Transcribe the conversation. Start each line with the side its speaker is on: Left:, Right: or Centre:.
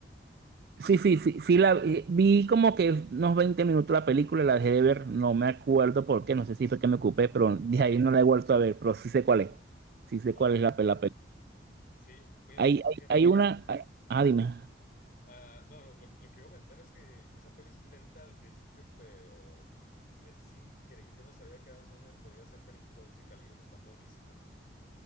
Right: Sí, sí, sí, sí la vi vi como que unos 20 minutos la película, la dejé de ver, no me acuerdo por qué, no sé si fue que me ocupé, pero de ahí no la he vuelto a ver, pero sí sé cuál es. Sí sé
Left: Ok.
Right: cuál es la, pe- la película.
Left: Sí, mira,
Right: Hay, hay,
Left: fíjate,
Right: hay una, hay- ah, dime.
Left: Ah, no, lo, lo que iba a comentar es que, que esa peli sí es lenta al principio, pero es increíble. Yo no sabía que Adam Sandler podía hacer películas de ese calibre, está buenísima.